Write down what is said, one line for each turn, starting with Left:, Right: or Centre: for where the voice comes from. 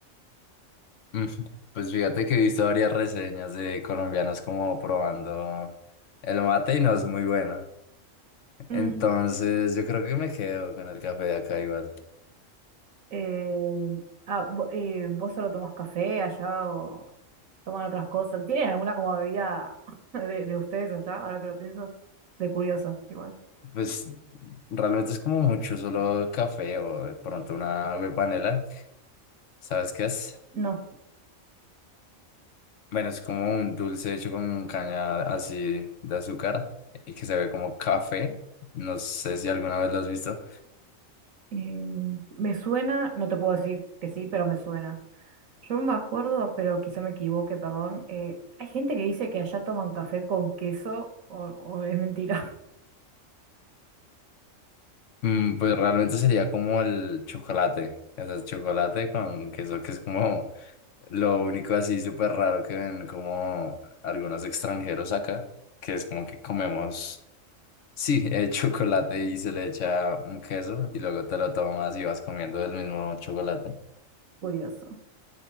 Left: Mm, Pues fíjate que he visto varias reseñas de colombianos como probando el mate y no es muy bueno. Entonces
Right: Mm,
Left: yo creo que me quedo con el café de acá igual.
Right: Eh, ah, vo- eh, ¿vos solo tomás café allá o toman otras cosas? ¿Tienen alguna como bebida <laughs> de, de ustedes allá? Ahora que lo pienso, de curiosa, igual.
Left: Pues realmente es como mucho, solo café o de pronto una agua de panela. ¿Sabes qué es?
Right: No.
Left: Bueno, es como un dulce hecho con caña así de azúcar y que se ve como café. No sé si alguna vez lo has visto.
Right: Eh, me suena, no te puedo decir que sí, pero me suena. Yo me acuerdo, pero quizá me equivoque, perdón. eh, hay gente que dice que allá toman café con queso o, o es mentira.
Left: Mm, pues realmente sería como el chocolate. O sea, el chocolate con queso que es como Lo único así súper raro que ven como algunos extranjeros acá, que es como que comemos, sí, <laughs> eh, chocolate y se le echa un queso y luego te lo tomas y vas comiendo el mismo chocolate.
Right: <laughs> Curioso.